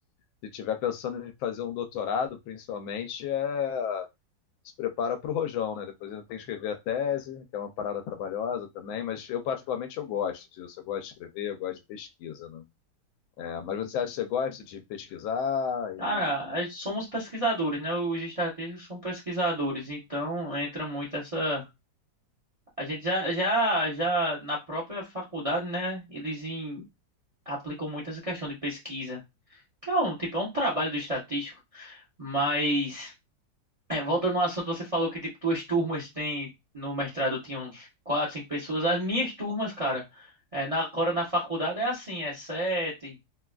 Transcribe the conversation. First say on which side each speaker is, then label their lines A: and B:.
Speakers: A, on the left (about 85°); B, on the right (about 35°).
A: se tiver pensando em fazer um doutorado, principalmente, é, se prepara para o rojão, né? Depois ainda tem que escrever a tese, que é uma parada trabalhosa também, mas eu particularmente eu gosto disso, eu gosto de escrever, eu gosto de pesquisa, né? É, mas você acha que você gosta de pesquisar? E...
B: cara, a gente somos pesquisadores, né? Os estratégicos são pesquisadores, então entra muito essa. A gente já, já, já na própria faculdade, né? Eles aplicam muito essa questão de pesquisa, que é um tipo, é um trabalho do estatístico, mas é, voltando ao assunto, você falou que tipo tuas turmas têm no mestrado tinham uns quatro, cinco pessoas, as minhas turmas, cara, é, na, agora na faculdade é assim, é sete,